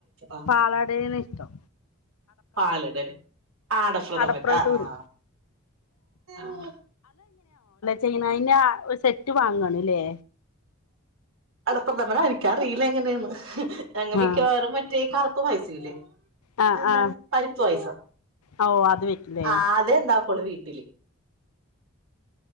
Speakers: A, on the right; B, on the left.
A: ആഹ്
B: പാലാടേന ഇഷ്ടംട
A: പാലിടല് ആടപ്രത
B: അടപ്രഥൂര്
A: പ ആഹ് ആഹ്.
B: ചെയ്യാണ ആഹ് വാങ്ങണ് ല്ലേ
A: അടപ്രദമന എനിക്കറിയില്ല എങ്ങനെയാണ്. അങ്ങ് മിക്കവാറും
B: ആ
A: മറ്റേ കറുപ്പ് പായസ ഇല്ലേ
B: ആ
A: എന്താണ് പരിപ്പ് പായസ
B: ആ ഓ അത് വെക്കില്ലേ
A: ആ അതെ ഇണ്ടാക്കോളു വീട്ടില്